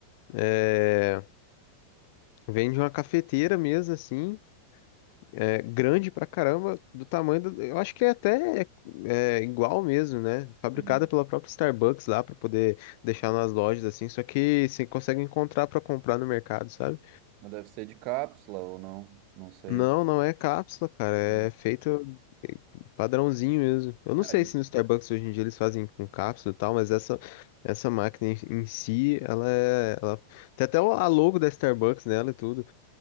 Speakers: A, on the left (about 45°); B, on the right (about 45°).
A: é, vende uma cafeteira mesmo, assim, é, grande pra caramba, do tamanho do, eu acho que é até é, igual mesmo, né? Fabricada
B: Uhum.
A: pela própria Starbucks lá pra poder deixar nas lojas assim, só que você consegue encontrar pra comprar no mercado, sabe?
B: Mas deve ser de cápsula ou não, não sei.
A: Não, não é cápsula, cara, é
B: Hum.
A: feito é, padrãozinho mesmo. Eu não
B: Ah,
A: sei
B: de-
A: se no Starbucks
B: de-
A: hoje em dia eles fazem com cápsula e tal, mas essa essa máquina em em si, ela é ela tem até o- a logo da Starbucks nela e tudo,